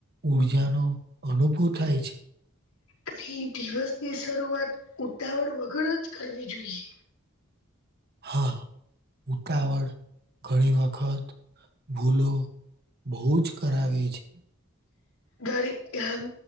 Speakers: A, on the right; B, on the left.
A: ઊર્જાનો અનુભવ થાય છે.
B: અને દિવસની શરૂઆત ઉતાવળ વગર જ કરવી જોઈએ
A: હા ઉતાવળ ઘણી વખત ભૂલો બહુ જ કરાવે છે.
B: દરેક કામ